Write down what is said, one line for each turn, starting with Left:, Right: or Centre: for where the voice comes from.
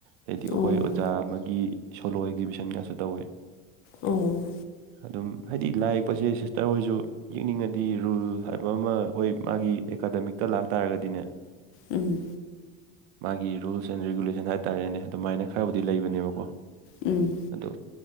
Right: ꯍꯥꯏꯗꯤ ꯑꯩꯈꯣꯏ
Left: ꯑꯣ
Right: ꯑꯣꯖꯥ ꯑꯃꯒꯤ ꯁꯣꯂꯣ ꯑꯦꯛꯖꯤꯕꯤꯁꯟꯒꯁꯨ ꯇꯧꯋꯦ
Left: ꯑꯣ
Right: ꯑꯗꯨꯝ ꯍꯥꯏꯗꯤ ꯂꯥꯏ ꯌꯦꯛꯄꯁꯦ ꯁꯤꯁꯇꯔ ꯍꯣꯏꯁꯨ ꯌꯦꯡꯅꯤꯡꯉꯗꯤ ꯔꯨꯜ ꯍꯥꯏꯕ ꯑꯃ ꯍꯣꯏ ꯃꯥꯒꯤ ꯑꯦꯀꯥꯗꯃꯤꯛꯇ ꯂꯥꯛꯇꯥꯥꯔꯒꯗꯤꯅꯦ
Left: ꯎꯝ
Right: ꯃꯥꯒꯤ ꯔꯨꯜꯁ ꯑꯦꯟ ꯔꯤꯒꯨꯂꯦꯁꯟ ꯍꯥꯏꯇꯥꯔꯦꯅꯦ ꯑꯗꯨꯃꯥꯏꯅ ꯈꯔꯕꯨꯗꯤ ꯂꯩꯕꯅꯦꯕꯀꯣ
Left: ꯎꯝ
Right: ꯑꯗꯣ